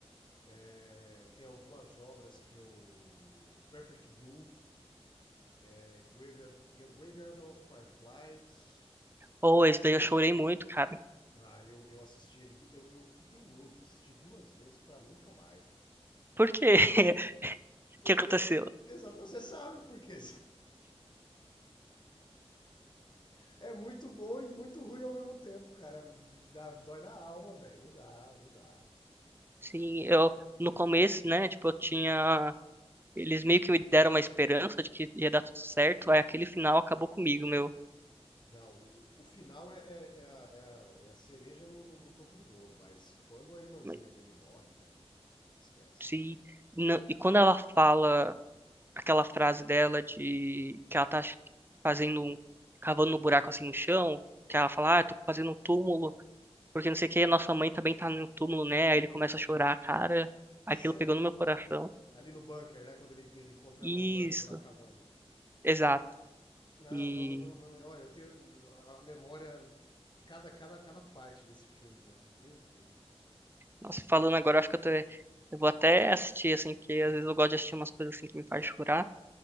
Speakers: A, on the left; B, on the right.
A: é, tem algumas obras que eu. Perfect Blue, é, Graveyard, Graveyard of Fireflies.
B: Ou esse daí eu chorei muito, cara.
A: Ah, eu, eu assisti ele. du- Eu, eu fui teimoso, assisti duas vezes pra nunca mais, velho.
B: Por quê? <laughs>
A: Porque.
B: O que aconteceu?
A: Exato, você sabe por quê. <laughs> É muito bom e muito ruim ao mesmo tempo, cara. Dá, dói na alma, velho. Não dá, não dá.
B: Sim, eu, no começo, né, tipo, eu tinha... Eles meio que me deram uma esperança de que ia dar tudo certo, aí aquele final acabou comigo, meu.
A: Não, o, o final é, é- é a, é a- é a cereja no, no- no topo do bolo, mas quando a irmãzinha
B: Mas
A: dele morre, velho, esquece.
B: Se, não- e quando ela fala aquela frase dela de que ela tá fazendo um, cavando um buraco assim no chão, que ela fala, ah, tô fazendo um túmulo, porque não sei o que, nossa mãe também tá no túmulo, né? Aí ele começa a chorar, cara, aquilo
A: Cê-
B: pegou no meu coração.
A: ali no bunker, né? Quando ele, ele encontra
B: Isso,
A: ela no bunker lá cavando.
B: exato.
A: Não,
B: E,
A: não, não, não, não. Olha, eu tenho a memória. Cada, cada, cada parte desse filme, velho. Meu Deus.
B: nossa, falando agora, acho que eu tô, eu vou até assistir, assim, porque às vezes eu gosto de assistir umas coisas assim que me faz chorar.